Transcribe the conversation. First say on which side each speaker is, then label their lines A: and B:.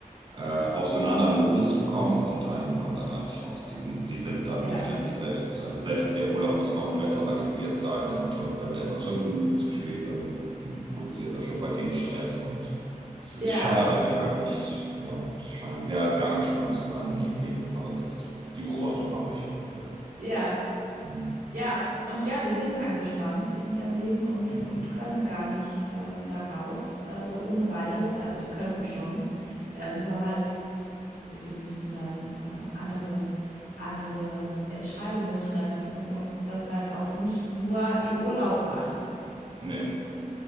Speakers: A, on the right; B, on the right.
A: äh, auf so einen anderen Modus zu kommen und einige kommen da gar nicht raus. Die sind, die sind dann,
B: Ja,
A: die stellen sich selbst, also selbst der Urlaub muss komplett organisiert sein und, und wenn etwas fünf Minuten zu spät, dann mm, produziert das schon bei denen Stress und es ist
B: ja,
A: schade, die können nicht, ja, scheinen sehr, sehr angespannt zu sein in ihrem Leben, aber das, die Beobachtung mache ich. ja.
B: ja.
A: Hm,
B: Ja, und ja, die sind angespannt in ihrem Leben und
A: hm.
B: und können gar nicht, äh, da raus, äh, so ohne Weiteres. Also, die könnten schon, äh, nur halt, sie müssen dann, äh, andere andere Entscheidungen treffen und das halt auch nicht nur im Urlaub machen,
A: Nee.